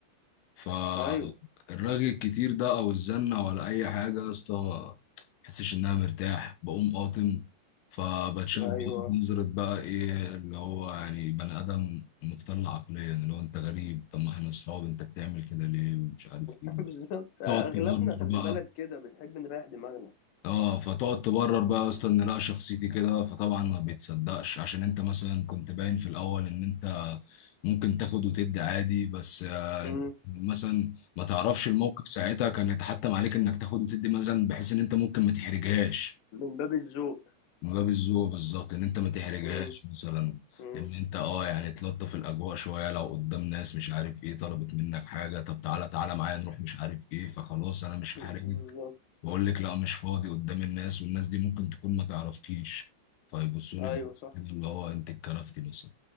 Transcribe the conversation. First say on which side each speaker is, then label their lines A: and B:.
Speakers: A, on the left (about 75°); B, on the left (about 55°).
A: فالرغي
B: ايوه
A: الكتير ده او الزنة ولا اي حاجة يا اسطى ما بحسش ان انا مرتاح بقوم قاطم فبتشاف
B: ايوه
A: بقى بنظرة بقى ايه اللي هو يعني بني ادم مختل عقليا اللي هو انت غريب طب ما احنا اصحاب انت بتعمل كده ليه ومش عارف
B: <laughs>
A: ايه
B: بالظبط اغلبنا
A: تقعد تمرمر
B: خلي
A: بقى
B: بالك كده بنحب نريح دماغنا
A: اه فتقعد تبرر بقى يا اسطى ان لا شخصيتي كده فطبعا ما بيتصدقش عشان انت مثلا كنت باين في الاول ان انت ممكن تاخد وتدي عادي بس آه
B: مم.
A: مثلا ما تعرفش الموقف ساعتها كان يتحتم عليك انك تاخد وتدي مثلا بحيث ان انت ممكن ما تحرجهاش
B: من باب الذوق
A: من باب الذوق بالظبط ان انت ما تحرجهاش
B: مم.
A: مثلا
B: مم.
A: ان انت اه يعني تلطف الاجواء شويه لو قدام ناس مش عارف ايه طلبت منك حاجه طب تعالى تعالى معايا نروح مش عارف ايه فخلاص انا مش
B: مم.
A: هحرجك
B: بالظبط
A: واقول لك لا مش فاضي قدام الناس والناس دي ممكن تكون ما تعرفكيش فيبصوا
B: ايوه
A: لك
B: صح
A: كده اللي هو انت اتكرفتي مثلا